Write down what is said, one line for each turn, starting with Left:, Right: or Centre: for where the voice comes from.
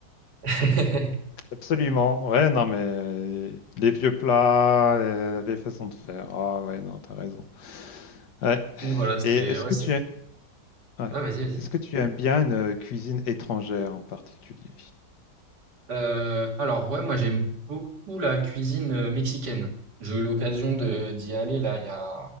Right: <laughs>
Left: Absolument, ouais, non, mais euh, les vieux plats, euh, la vieille façon de faire. Ah, ouais, non, t'as raison. Ouais.
Right: donc voilà, c'était
Left: Et est-ce
Right: ouais,
Left: que
Right: c'est
Left: tu es... ouais.
Right: ouais, vas-y, vas-y.
Left: Est-ce que tu aimes bien une euh, cuisine étrangère en particulier?
Right: Euh, alors ouais, moi j'aime beaucoup la cuisine euh, mexicaine. J'ai eu l'occasion de d'y aller là il y a